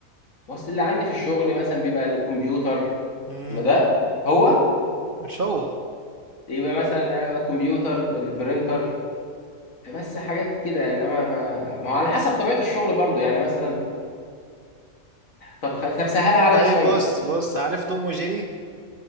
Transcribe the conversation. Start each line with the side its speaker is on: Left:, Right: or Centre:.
Left: وصل اللي عندي في الشغل مثلا بيبقى الكمبيوتر
Right: مم.
Left: ما ده هو
Right: مش هو
Left: يبقى مثلا آه، الكمبيوتر البرينتر بس حاجات كده انما ما ما هو على حسب طبيعه الشغل برضو يعني مثلا طب خ... طب سهلها عليا
Right: طيب
Left: شويه
Right: بص بص عارف توم وجيري؟